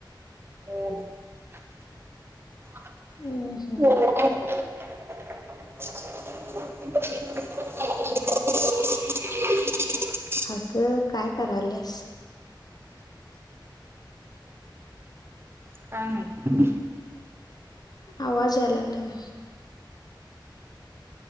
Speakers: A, on the right (about 30°); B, on the left (about 55°).
A: ह हो
B: हम्म हम्म
A: <unintelligible>
B: अगं काय करायलस
A: काय नाही
B: आवाज याय लागले ना